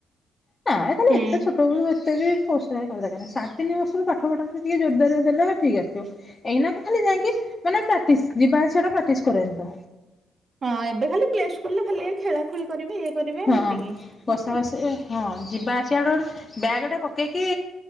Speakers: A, on the left; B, on the right.
A: ନାଁ
B: ହୁଁ।
A: ତାହେଲେ ଏତେ ଛୋଟ ବେଳୁ ଏତେ ବି ଫୋ <unintelligible> ସାଢେ ତିନିବର୍ଷ ରୁ ପାଠପଢା ଟିକେ ଜୋରଦାରିଆ ଦେଲେ ଠିକ୍ ଆସିବ। ଏଇନାକେ ଖାଲି ଯାଇଁକି ମାନେ ପ୍ରାକ୍ଟିସ ଯିବା ଆସିବା ପ୍ରାକ୍ଟିସ କରେନ୍ତ।
B: ହଁ ଏବେ ଖାଲି ପ୍ଲେ ସ୍କୁଲ ରେ ଖାଲି ଏଇ ଖେଳା ଖୁଳି କରିବି ଇଏ କରିବେ
A: ହଁ
B: ହେତିକି।
A: ବସା ବସି ହଁ ଯିବା ଆସିବାଟା ଗୋଟେ ବ୍ୟାଗ ଟା ପକେଇକି